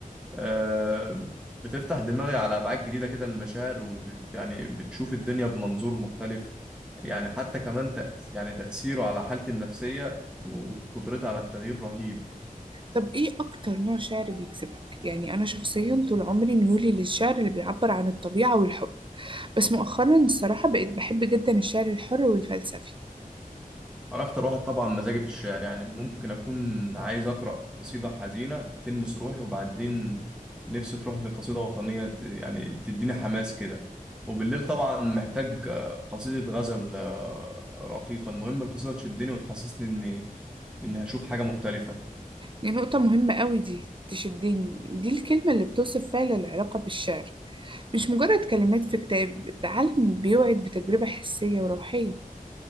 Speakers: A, in the centre; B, on the right (about 35°).
A: آه، بتفتح دماغي على أبعاد جديدة كده للمشاعر ويعني بتشوف الدنيا بمنظور مختلف يعني حتى كمان تأس يعني تأثيره على حالتي النفسية وقدرتي على التغيير رهيب
B: طب ايه اكتر نوع شعر بيجذبك يعني انا شخصيا طول عمري ميولي للشعر اللي بيعبر عن الطبيعة والحب بس مؤخرا الصراحة بقيت بحب جدا الشعر الحر والفلسفي
A: أنا أكتر واحد طبعا مزاجي في الشعر يعني ممكن أكون عايز أقرأ قصيدة حزينة تلمس روحي وبعدين نفسي تروح لقصيدة وطنية ت- يعني تديني حماس كده وبالليل طبعا محتاج آه، قصيدة غزل آه، رقيقة المهم القصيدة تشدني وتحسسني إني إني هشوف حاجة مختلفة
B: دي نقطة مهمة قوي دي تشدني دي الكلمة اللي بتوصف فعلا العلاقة بالشعر مش مجرد كلمات في كتاب ده عالم بيوعد بتجربة حسية وروحية